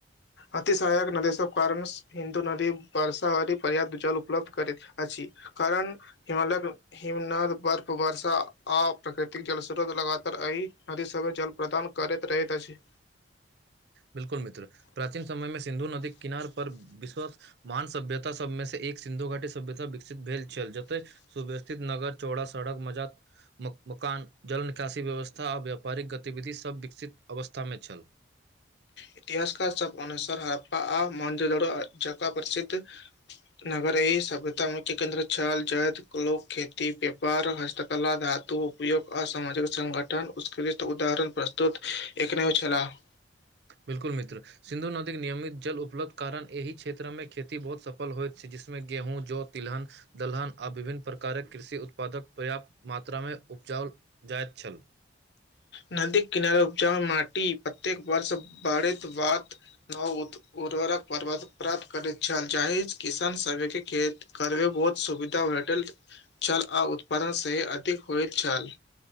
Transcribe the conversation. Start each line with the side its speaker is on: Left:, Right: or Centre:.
Left: अतिशहायक नदीसभ कारण हिन्दू नदी बर्सााहरी पर्याप्त जल उपलब्ध करैत अछि कारण हिमालयक हिमनाद बर्फ वर्षा आ प्राकृतिक जलस्रोत लगातार एहि नदी सभ जल प्रदान करैत रहैत अछि
Right: बिलकुल मित्र प्राचीन समय मे सिन्धु नदी किनार पर विश्वस महान सभ्यता सभमेसँ एक सिन्धु घाटी सभ्यता विकसित भेल छल जतय सुब्यस्थित नगर चौड़ा सड़क मजात मुऽ मकान जल निकासी व्यवस्था आ व्यापारिक गतिविधि सभ विकसित अवस्थामे छल
Left: इतिहासकार सब अनुसार हड़प्पा आ महनजोरो जगह प्रसिद्ध नगर ई सभ्यता मुख्य केन्द्र छल जैतय लोक खेती व्यापार कला धातु उपयोग आ सामाजिक संगठन उत्कृष्ट उदाहरण प्रस्तुत एकनयो छलाह
Right: बिलकुल मित्र सिन्धु नदीक नियमित जल उपलब्ध कारण एहि क्षेत्रमे खेती बहुत सफल होइत छै जिसमे गेहूँ जौ तिलहन दलहन आ विभिन्न प्रकारक कृषि उत्पादक पर्याप्त मात्रामे उपजाओल जाइत छल
Left: नदीक किनार उपजा माटि प्रत्येक वर्ष बढ़ित बात नव उत उर्वरक प्राप्त करैत छल जाहि किसान सभके खेती करबे बहुत सुविधा भेटल छल आ उत्पादन सही अधिक होइत छल